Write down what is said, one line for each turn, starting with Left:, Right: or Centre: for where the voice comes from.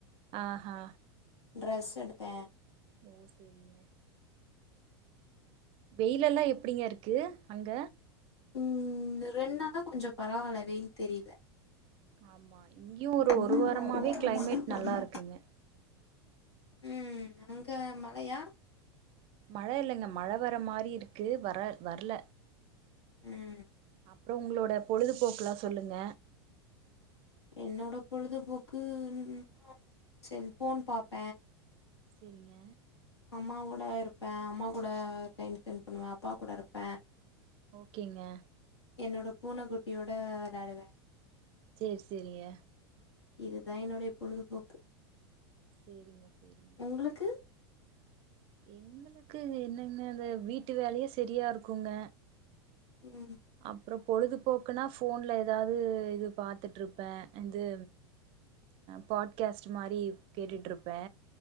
Right: ஆஹ
Left: ட்ரெஸ் எடுத்த
Right: ஓ சேரிங்க வெயிலல்லா எப்டிங்க இருக்கு அங்க
Left: ம் இந்த ரெண்டுநாளா கொஞ்சோ பரவால்ல வெய்ல் தெரில
Right: ஆமா இங்கியு
Left: தெரில
Right: ஒரு ஒரு வாரமாவே கிளைமேட் நல்லா இருக்குங்க
Left: ம் அங்க மழயா
Right: மழ இல்லங்க மழ வர மாரி இருக்கு வர வர்ல
Left: ம்
Right: அப்றோ ஒங்ளோட பொழுதுபோக்லா சொல்லுங்க
Left: என்னோட பொழுதுபோக்கு <inaudible> செல்ஃபோன் பாப்ப
Right: சரிங்க
Left: அம்மா ஓட இருப்பே அம்மா கூட டைம் ஸ்பென்ட் பண்வ அப்பா கூட இருப்ப
Right: ஓகேங்க
Left: என்னோட பூன குட்டியோட வெளாடுவ
Right: சேர் சேரிங்க
Left: இதுதா என்னுடைய பொழுதுபோக்கு
Right: சேரிங்க சேரிங்க
Left: உங்களுக்கு
Right: எங்களுக்கு என்னங்க அந்த வீட்டு வேலயே சரியா இருக்குங்க
Left: ம்
Right: அப்றோ பொழுதுபோக்குன்னா ஃபோன்ல எதாவது இது பாத்துட்ருப்பே இது பாட்காஸ்ட்டு மாரி கேட்டுட்டு இருப்பே